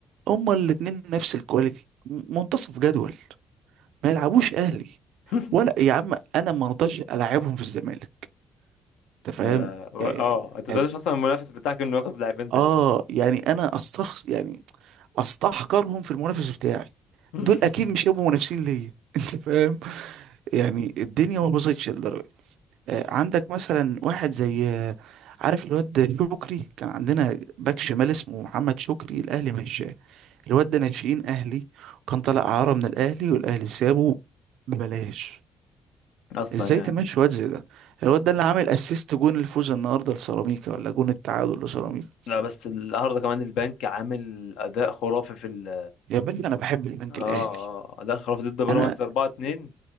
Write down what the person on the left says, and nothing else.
<laughs>
اه و-
آه، انت تقدرش
اصلا المنافس بتاعك انه ياخد لاعبين زي
دول
<laughs>
اصلا
يعني
لا بس النهارده كمان البنك عامل اداء خرافي في ال
اه
اه اداء خرافي ضد بيراميدز
4 2